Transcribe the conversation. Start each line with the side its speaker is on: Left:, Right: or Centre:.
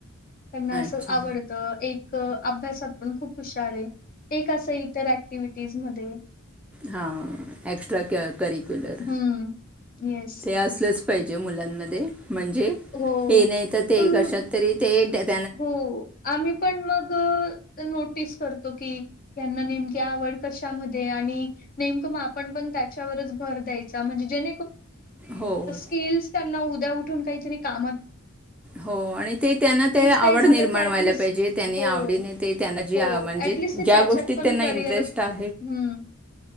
Left: त्यांना असं
Centre: अच्छा
Left: आवडतं एक अभ्यासात पण खूप हुशार आहे. एक अस इतर ऍक्टिव्हटीज मध्ये.
Centre: हा एक््रािक्युलर
Left: हम्म. येस.
Centre: अस. पाहिजे मुलांमध्ये म्हणजे
Left: हो.
Centre: हे नाही तर ते
Left: पण
Centre: कशात तरी ते डेथ.
Left: हो आम्ही पण मग नोटीस. क नेम आवड कशा आणि नेम मग आपण पण त्याच्यावर. म्हण ज
Centre: हो
Left: उ्या काही काम.
Centre: हो आणि ते त्यांना त्या. आवड
Left: काही झालं
Centre: निर्माण
Left: तर ॲटलीस्ट
Centre: व्हायला पाहिजे त्यांनी
Left: हो,
Centre: आवडीने ते त्यांना जी
Left: हो.
Centre: म्हणजे
Left: ॲटलीस्ट ते
Centre: ज्या
Left: त्याच्यात
Centre: गोष्टीत
Left: पण
Centre: त्यांना
Left: करिअर
Centre: इंटरेस्ट. त्यां
Left: हं.